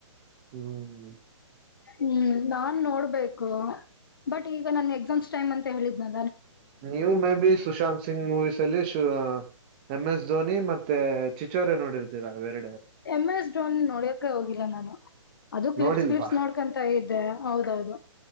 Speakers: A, on the right; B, on the left.
A: ಹ್ಮ್.
B: ಹ್ಮ್ ನಾನ್ ನೋಡ್ಬೇಕು ಬಟ್ ಈಗ ನನ್ ಎಕ್ಸಾಮ್ಸ್ ಟೈಮ್ ಅಂತ ಹೇಳಿದ್ದ್ನ.
A: ನೀನ್ಯೂ maybe Sushant Singh movies ಅಲ್ಲಿ ಶ. ಎಂ ಎಸ್ ಧೋನಿ ಮತ್ತೆ ಚಿಚೋರೆ ನೋಡಿರ್ತೀರಾ ಬೇರಡೆ.
B: ಎಮ್ ಎಸ್ ಡೋನ್ ನೋಡಿಯಕ ಹೋಗಿಲ್ಲ ನಾನು. ಅದು ಕ್ಲಿಪ್ಸ್
A: ನೋಡಿಲ್ವಾ
B: ಕ್ಲಿಪ್ಸ್ ನೋಡ್ಕೊಂತ ಇದ್ದೆ ಹೌದೌದು.